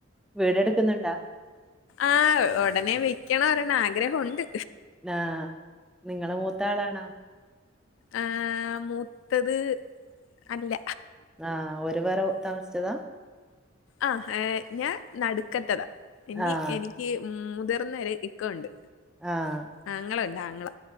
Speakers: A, in the centre; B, on the left.
A: വീടെടുക്കുന്നുണ്ടാ?
B: ആഹ് ഒടനെ വെക്കണം ഒരെണ്ണം ആഗ്രഹം ഉണ്ട്.
A: ആഹ് നിങ്ങള് മൂത്ത ആളാണോ?
B: ആഹ് മൂത്തത് അല്ല.
A: ആഹ് ഓര് വേറെ താമസിച്ചതാ?
B: ആഹ് ഏഹ് ഞാൻ നടുക്കത്തതാ. ഇനി
A: ആഹ്
B: എനിക്ക് മുതിർന്നര് ഇക്ക ഉണ്ട്.
A: ആഹ്.
B: ആങ്ങള ഉല്ല ആങ്ങള.